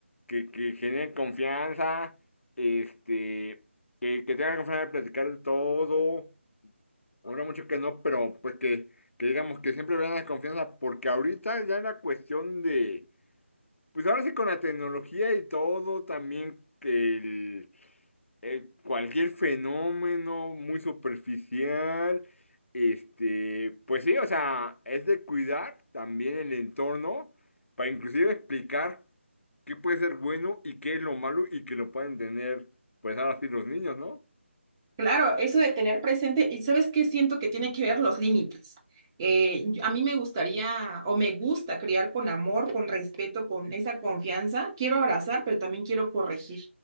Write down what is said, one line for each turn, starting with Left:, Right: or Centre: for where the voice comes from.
Left: que, que genere confianza, este, que, que tengan confianza de platicar de todo Habrá mucho que no, pero pues que, que digamos que siempre vean la confianza, porque ahorita ya en la cuestión de, pues ahora sí con la tecnología y todo, también que el, el cualquier fenómeno muy superficial, este, pues sí, o sea, es de cuidar también el entorno para inclusive explicar qué puede ser bueno y qué es lo malo y que lo pueden tener, pues ahora sí los niños, ¿no?
Right: Claro, eso de tener presente, y sabes qué siento que tiene que ver los límites. Eh, yo- a mí me gustaría o me gusta criar con amor, con respeto, con esa confianza. Quiero abrazar, pero también quiero corregir.